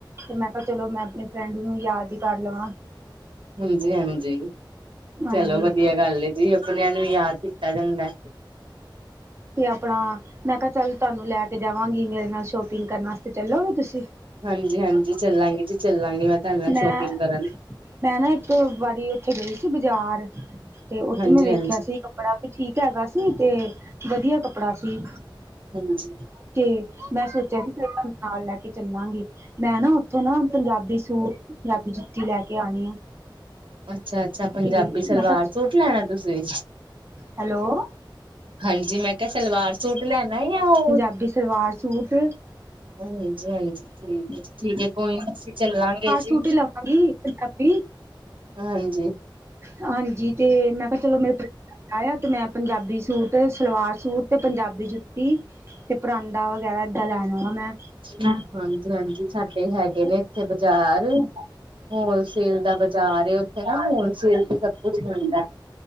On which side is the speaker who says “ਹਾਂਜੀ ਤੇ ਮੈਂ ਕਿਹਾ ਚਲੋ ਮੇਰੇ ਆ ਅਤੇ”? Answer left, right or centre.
Right